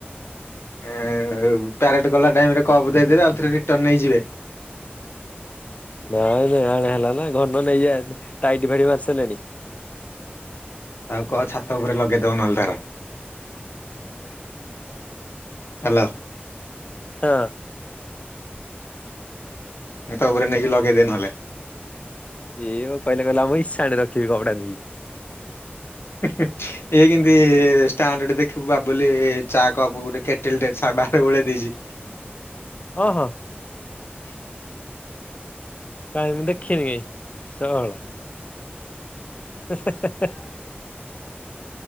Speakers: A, on the left (about 80°); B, on the left (about 35°).
A: ଆ ପ୍ୟଲେଟ ଗଲା ଟାଇମ ରେ କପ୍ ଦେଇଦେବେ ଆଉ ଥରେ ରିଟର୍ନ ନେଇଯିବେ।
B: ନାଇଁ ନାଇଁ ଆଣେ ହେଲା ନା ଘନ ନେଇଯାନି। ଟାଇଟ୍ ଭାଡ଼ି ମାରିସାରିଲାନି। <inaudible>
A: ଆଉ କହ ଛାତ ଉପରେ ଲଗେଇଦବ ନ ହେଲେ ତାର ହ୍ୟାଲୋ।
B: ହଁ।
A: ତା ଉପରେ ନେଇକି ଲଗେଇ ଦେ ନ ହେଲେ।
B: ଏଇ କହିଲେ କହିଲା ଆମ ଇଶାନ ରେ ରଖିବି କପଡ଼ା ଦେଇକି।
A: ହଇଗଛନ୍ତିି ସ୍ଷ୍ଟାଣ୍ଡର୍ଡ ଦେ <inaudible> ଦେଖିବୁ ବା ବୁଲି ଚା କପ ଗୋଟେ କେଟିଲ ଟେ ବା ବଳେଇ <inaudible> ଦେଇଛି।
B: ହଁ ହଁ।
A: <inaudible>
B: କାହିଁ ମୁଁ ଦେଖିନି କାଇହିଁ ସଳ ହ <inaudible>